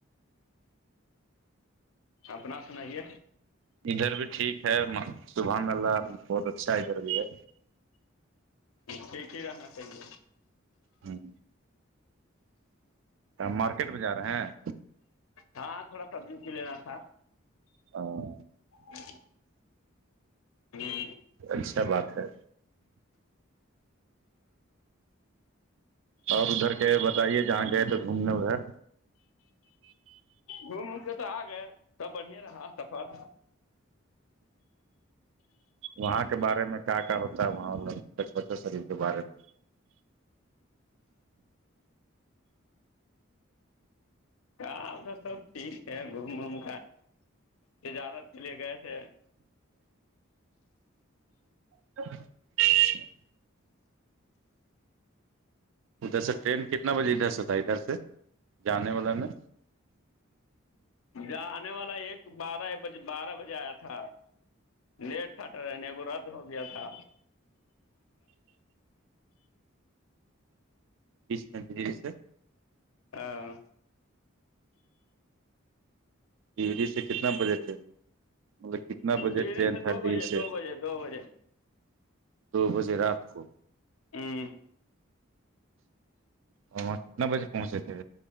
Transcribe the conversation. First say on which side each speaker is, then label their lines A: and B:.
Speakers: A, on the left; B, on the right.
A: اپنا سنائیے
B: ادھر بھی ٹھیک ہے سبحان اللہ بہت اچھا ادھر بھی ہے
A: ٹھیک ہی رہنا چاہیے
B: ہوں مارکیٹ پہ جا رہے ہیں
A: ہاں تھوڑا سبزی بھی لینا تھا
B: ہاں
A: ہچ ہوں
B: اچھا بات ہے اور ادھر کے بتائیے جہاں گئے تھے گھومنے ادھر
A: گوم وام کے تو آ گئے سب بڑھیا رہا سفر
B: وہاں کے بارے میں کیا کیا ہوتا ہے وہاں شریف کے بارے میں
A: ادھر سب ٹھیک ہے گوم وام تجارت کے لیے گئے تھے
B: ج ادھر سے ٹرین کتنا بجے ادھر سے تھا ادھر سے جانے والا میں
A: ہاں آنے والا ایک بارہ بج بارہ بجے آیا تھا لیٹ تھا رہنے رات ہو گیا تھا
B: <inaudible>
A: ہاں
B: یہیدی سے کتنا بجے تھے مطلب کتنا بجے
A: ڈیری
B: تھے
A: سے
B: تھرڈی
A: دو بجے
B: سے
A: دو بجے دو بجے
B: دو بجے رات کو
A: ہوں
B: اور وہاں کتنا بجے پہنچے تھے